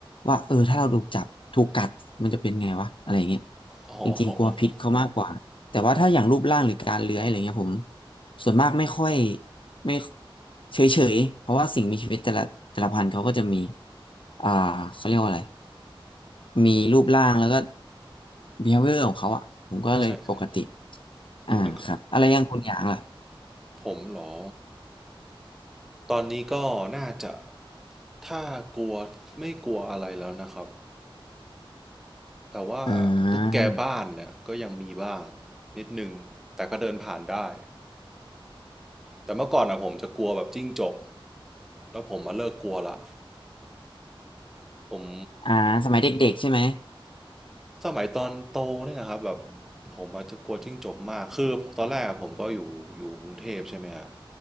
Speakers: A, on the left; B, in the centre.
A: ว่าเออถ้าเราถูกจับถูกกัดมันจะเป็นไงวะอะไรเงี้ย
B: อ๋อ
A: จริงๆกลัวพิษเขามากกว่าแต่ว่าถ้าอย่างรูปร่างหรือการเลื้อยอะไรเงี้ยผม ส่วนมากไม่ค่อยไม่เฉยเฉยเพราะว่าสิ่งมีชีวิตแต่ละแต่ละพันธุ์เขาก็จะมีอ่าเขาเรียกว่าอะไรมีรูปร่างแล้วก็ behavior ของเขาอ่ะผมก็เลยปกติ
B: ใช่ใช่
A: อ่าครับอะไรอยังคุณอย่างล่ะ
B: งันก็ผมเหรอตอนนี้ก็น่าจะถ้ากลัวไม่กลัวอะไรแล้วนะครับ แต่ว่าตุ๊กแกบ้านเนี่ยก็ยังมีบ้าง
A: อ่า
B: นิดนึงแต่ก็เดินผ่านได้ แต่เมื่อก่อนอะผมจะกลัวแบบจิ้งจกแล้วผมมาเลิกกลัวละผม
A: อ่าสมัยเด็กๆใช่ไหม
B: สมัยตอนโตเนี่ยนะครับแบบผมอาจจะกลัวจิ้งจกมากคือตอนแรกอะผมก็อยู่อยู่กรุงเทพใช่ไหมฮะ